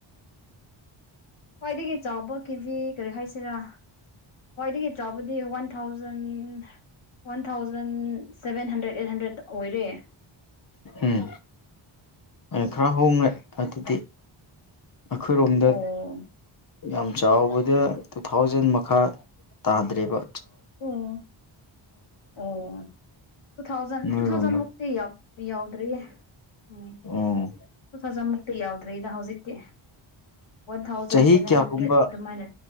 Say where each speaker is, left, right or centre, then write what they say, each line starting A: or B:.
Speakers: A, on the left; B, on the left.
A: ꯈ꯭ꯋꯥꯏꯗꯒꯤ ꯆꯥꯎꯕ ꯀꯦꯖꯤ ꯀꯔꯤ ꯍꯥꯏꯁꯤꯔꯥ ꯈ꯭ꯋꯥꯏꯗꯒꯤ ꯆꯥꯎꯕꯗꯤ ꯋꯥꯟ ꯋꯥ thousand one thousand seven hundred eight hundred ꯑꯣꯏꯔꯦ
B: ꯎꯝ ꯑꯩ ꯈꯔ ꯍꯣꯡꯡꯂꯦ ꯑꯗꯨꯗꯤ ꯑꯩꯈꯣꯏꯔꯣꯝꯗ
A: ꯑꯣ
B: ꯌꯥꯝ ꯆꯥꯎꯕꯗ ꯇꯨ ꯊꯥꯎꯖꯟ ꯃꯈꯥ ꯇꯥꯗ꯭ꯦꯕ
A: ꯑꯣ ꯑꯣ ꯇꯨ ꯊꯥꯎꯖ
B: ꯅꯣꯏꯔꯣꯝꯗ
A: ꯇꯨ ꯊꯥꯎꯖ ꯃꯛꯇꯛꯇ ꯌꯥꯎꯗ꯭ꯔꯔꯤꯌꯦ ꯎꯝ
B: ꯑꯣ
A: ꯐꯖ ꯃꯨꯛꯇꯤ ꯌꯥꯎꯗ꯭ꯔꯔꯤꯗ ꯍꯧꯖꯤꯛꯇꯤ ꯋꯥꯟ ꯊꯥꯎꯖꯟ
B: ꯆꯍꯤ
A: ꯁꯚꯦꯟ
B: ꯀꯌꯥꯒꯨꯝꯕ
A: ꯍꯟꯗ꯭ꯔꯦꯗ ꯑꯗꯨꯃꯥꯏꯅ